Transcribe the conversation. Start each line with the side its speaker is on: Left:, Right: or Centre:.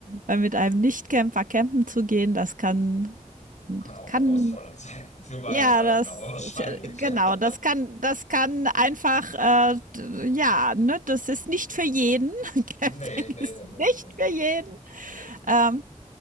Right: Weil mit einem Nicht-Camper campen zu gehen, das kann,
Left: Kann auch
Right: kann,
Left: herausfordernd sein <laughs> für beide
Right: ja,
Left: Seiten,
Right: das,
Left: aber wahrscheinlich.
Right: genau,
Left: <laughs>
Right: das kann, das kann einfach, äh, ja, ne, das ist nicht für jeden. <laughs>
Left: Nee,
Right: Camping
Left: nee,
Right: ist
Left: nee,
Right: nicht
Left: nee, nee, nee,
Right: für jeden.
Left: nee, nee. nee.
Right: Ähm,